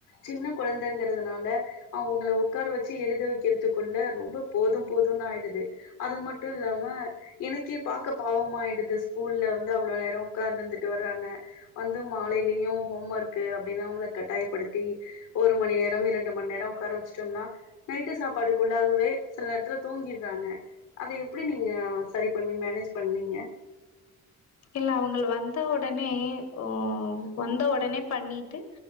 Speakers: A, on the left; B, on the left.
A: சின்ன கொழந்தைங்கிறதுனால அவங்கள உ க்கார வச்சு எழுத வைக்கிறதுக்குள்ள ரொம்ப போது போதுனு ஆயிடுது அது மட்டு இல்லாம எனக்கே பாக்க பாவம ஆயிடுது ஸ்கூல்ல வந்து அவ்வளவு நேரொ உக்கார்ந்துந்துட்டு வர்றாங்க வந்து மாலையிலயு ஹோம் ஒர்க்கு அப்டின்னுா அவங்கள கட்டாயப்படுத்தி ஒரு மணி நேரம் இரண்டு மணி நேர உக்கார வச் சும்னா நைட்டு சாப்பாடுக்குள்ளாகவே சில நேரத்துல தூங்கிடுறாங்க அத எப்டி நீங்க சரி பண்ணி மேனேஜ் பண்ணீங்க
B: இல்ல அவங்கள வந்த ஒடனே உஹ் வந்த ஒடனே பண்ணிட்டு